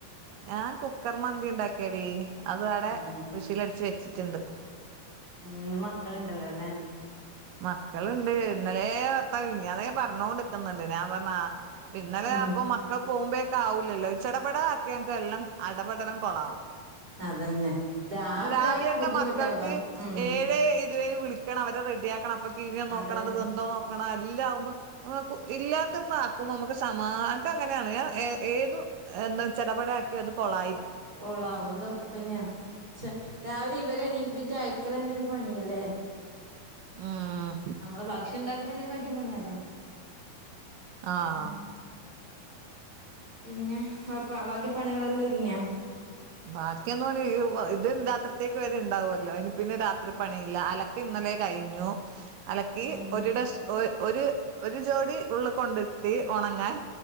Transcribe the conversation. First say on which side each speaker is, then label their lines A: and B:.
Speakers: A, on the right; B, on the right.
A: ഞാൻ കുക്കർ മന്തി ഇണ്ടാക്കിയേടീ അത് അവിടെ
B: അതെ
A: വിസിൽ അടിച്ച് വെച്ചിട്ടുണ്ട്
B: ഇന്ന് മക്കളുണ്ടല്ലോലേ
A: മക്കളിണ്ട് ഇന്നലെ വർത്താ മിനിഞ്ഞാന്നേ പറഞ്ഞോണ്ട് നിക്ക്ന്ന്ണ്ട് ഞാൻ പറഞ്ഞ ആഹ് അപ്പൊ ഇന്നലെ
B: ഉം
A: അപ്പൊ മ ഒക്കെ പോകുമ്പോക്കെ ആവൂല്ലല്ലോ ചടപട ആക്കിയാ എൻക്ക് എല്ലാം അടപടലം കൊളാവും
B: അതന്നെ രാവിലെ
A: രാവിലെന്നെ
B: ആക്കാൻ ബുദ്ധിമുട്ടാപ്പാ
A: മക്കൾക്ക്
B: ഉം
A: ഏഴേ ഇരുവതിന് വിളി ക്കണം അവരെ റെഡിയാക്കണം അപ്പൊ കിഞ്ഞോ നോക്കണം
B: അതന്നെ
A: അത് വെന്തോ നോക്കണം എല്ലാവുമ്പ നമക്ക് ഇല്ലാത്ത്മ്മാക്കുമ്മ നമ്മുക്ക് സമാ ഇൻക്ക് അങ്ങനെയാണ് ഞാൻ ഏഹ് ഏത് എന്ന ചടപട ആക്കിയ അത് കൊളായിരിക്കും
B: കോളാവും അത് ഒറപ്പെന്നയാ ചെ രാവിലെ ഇവരെ എണീപ്പിച്ച് അയക്കലന്ന ഒരു പണിയല്ലേ
A: ഉം
B: നമ്മള് ഭക്ഷണം ഇണ്ടാക്കുന്നതിനെകാട്ടിം പണി അതാണ്
A: ആഹ്
B: ഉം പിന്നെ അപ്പ ബാക്കി പണികളെല്ലാ ഒരുങ്ങിയാ
A: ബാക്കിയെന്ന് പണി ഈ ഇത് രാത്രിത്തേക്ക് വരെ ഇണ്ടാവല്ലോ അതിന് പിന്നെ രാത്രി പണിയില്ല അല ക്ക് ഇന്നലെ കയിഞ്ഞു അലക്കി
B: ഉം
A: ഒരു ഡസ് ഒ ഒരു ഒരു ജോഡി ഉള്ള് കൊണ്ടിട്ട് ഒണങ്ങാൻ